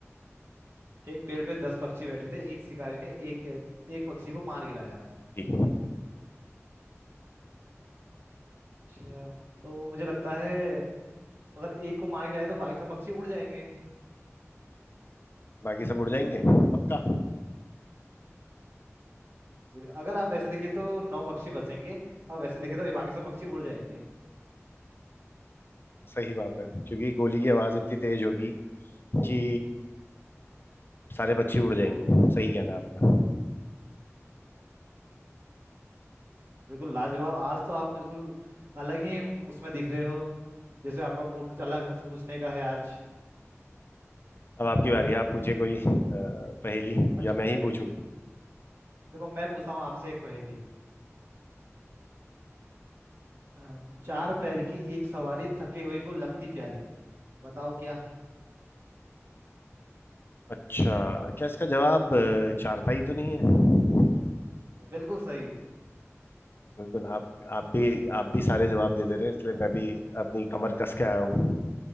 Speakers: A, on the right; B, on the left.
A: एक पेड़ पे दस पक्षी बैठे थे एक शिकारी ने एक एक पक्षी को मार गिराया
B: जी
A: अच्छा तो मुझे लगता है अगर एक को मार गिराया तो बाकी सब पक्षी उड़ जाएंगे
B: बाकी सब उड़ जाएंगे पक्का
A: अगर आप वैसे देखें तो नौ पक्षी बचेंगे और वैसे देखें तो ये बाकी सब पक्षी उड़ जाएंगे
B: सही बात है क्योंकि गोली की आवाज इतनी तेज होगी कि सारे पक्षी उड़ जाएंगे सही कहना है आपका
A: बिल्कुल लाजवाब आज तो आप बिल्कुल अलग ही उसमें दिख रहे हो जैसे आपका मूड कुछ अलग है कुछ पूछने का है आज
B: अब आपकी बारी है आप पूछे कोई अ, पहेली
A: अच्छा
B: या मैं
A: अब
B: ही पूछूं
A: देखो मैं पूछता हूँ आपसे एक पहेली अ, चार पैर की एक सवारी थके हुए को लगती प्यारी बताओ क्या
B: अच्छा क्या इसका जवाब अ, चारपाई तो नहीं है
A: बिल्कुल सही
B: बिल्कुल आप आप भी आप भी सारे जवाब दे दे रहे हैं इसलिए मैं भी अपनी कमर कस के आया हूँ